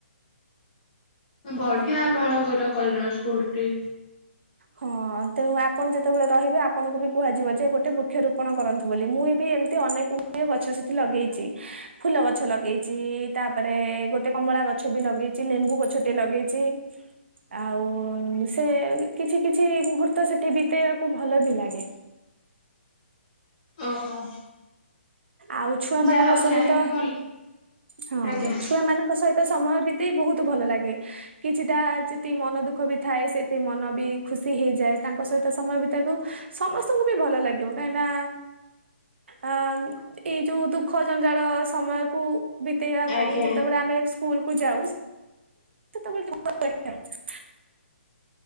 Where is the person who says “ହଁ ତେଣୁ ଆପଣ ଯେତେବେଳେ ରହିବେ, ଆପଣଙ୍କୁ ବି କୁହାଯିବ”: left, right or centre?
Right